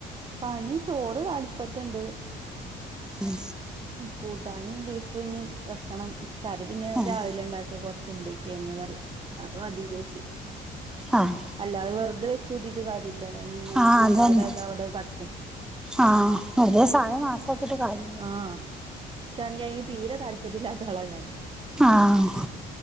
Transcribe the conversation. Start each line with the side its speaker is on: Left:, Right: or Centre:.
Right: പണി ചോറ് അടുപ്പത്ത്ണ്ട്
Centre: ഉം
Right: കൂട്ടാന് ബീഫ്ഞ് കഷണം കറി പിന്നെ
Centre: ആഹ്
Right: രാവിലെ ഉണ്ടാക്കിയ കൊറച്ച്ണ്ട് കെയങ്ങ് കറി അത് മതീന്ന് വിചാരിച്ച്
Centre: ആഹ്
Right: അല്ലാതെ വെറുതെ വെച്ച് കൂട്ടീട്ട് കാര്യല്ല ഇങ്ങനെ
Centre: ആഹ്
Right: കൂട്ടാതെ
Centre: അതന്നെ
Right: അത് അവിടെ കടക്കും
Centre: ആഹ് വെറുതെ സാധനം നാസാക്കിയിട്ട് കാര്യം
Right: ആഹ് ക്ക്ആണെങ്കി അയിന് തീരെ താല്പര്യം ഇല്ലാത്ത ആള ഞാൻ
Centre: ആഹ്